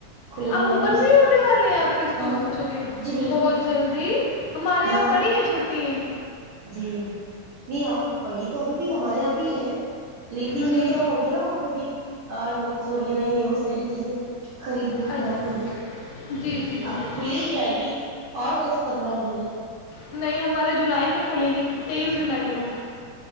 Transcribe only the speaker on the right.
کھلنے
والی
اسکول
ہاں
جی بالکل
ہاں
جی نہیں پڑی تو ابھی بھی ہمارے یہاں بھی ہے لیکن
جیسے ہم ہو گئے نا ان کا بھی نوٹس وغیرہ یہ وہ ساری چیزیں خریدنے
کی بات ہو رہی
اب کھلی جائے گی اور دس پندرہ دن ہے